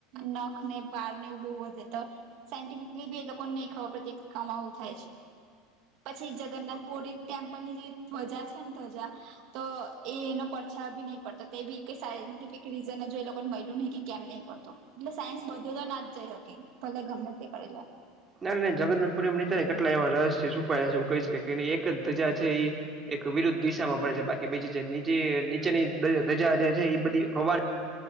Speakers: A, on the right; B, on the right.
A: નખ ને પાર ને ઉ બહ વધે તો સાયન્ટિફિકલી બી એ લોકો ને ખરત કમાવું થાય છે. પછી જગન્નાથ પુરી ટેમ્પલની જે ધ્વજા છે ને ધ્વજા તો એ એનો પછા ભી નહી પડતો એ બી કઈ સાયન્ટિફિક રીઝન જો એ લોકોને મળલ નહીં કે કેમ નહીં પડતો એટલે સાયન્સ બધું તો ના જ જઈ શકી ભલે ગમે તે કરી લે
B: ના ના જગન્નાથ પુર નીને કેટલા એવા રસ છે છુપાયેલા છે એવ કહી શકે એક જ ધજા છે એ એક વિરુદ્ધ દિશામાં ભણે છે બાકી બીજી જે નીચે નીચેની ધજા જે છે એ બધી હવા